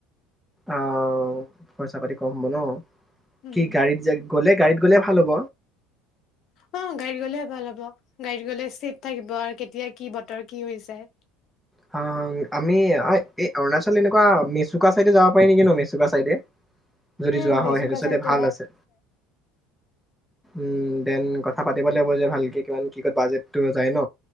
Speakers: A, in the centre; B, on the left (about 55°).
A: অৱ পইচা পাতি কম হব ন।
B: উম
A: কি গৰিত জেগ গ'লে গাড়ীত গ'লে ভাল হ'ব।
B: অ', গাড়ীত গ'লে ভাল হ'ব গাড়ীত গ'লে চিত থাকিব, আৰু কেতিয়া কি বতৰ কি হৈ জাই।
A: হা-হা আমি এই অৰুণাচল তেনেকুৱা মেচুকা চিদেই যাব পাৰি নেকি ন মেচুকা চিদেই। যদি
B: উম,
A: যোৱা
B: মেচুকা
A: হয় চিদেই
B: চাইডটো
A: এই ভাল আছে, উম দেন কথা পাতিব লাগিব যে ভালকে। কিমান কি কত বোধেটটো জাই ন।